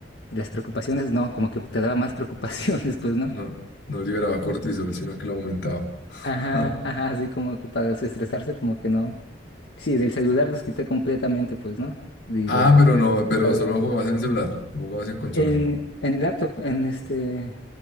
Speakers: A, on the left; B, on the left.
A: las preocupaciones, no, como que te daba más preocupaciones, <laughs> pues, ¿no?
B: no, no liberaba cortisol, sino que lo aumentaba. <laughs>
A: Ajá, ajá, así como que para desestresarse, como que no. Sí, del celular los quité completamente, pues, ¿no? Y
B: Ah,
A: de la
B: pero no,
A: computadora.
B: pero solo jugabas en celular, no jugabas en consola.
A: En, en laptop, en este,